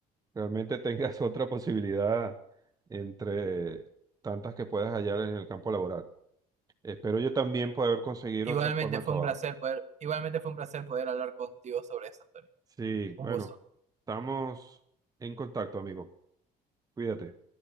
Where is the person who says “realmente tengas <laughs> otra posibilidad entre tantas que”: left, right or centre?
Right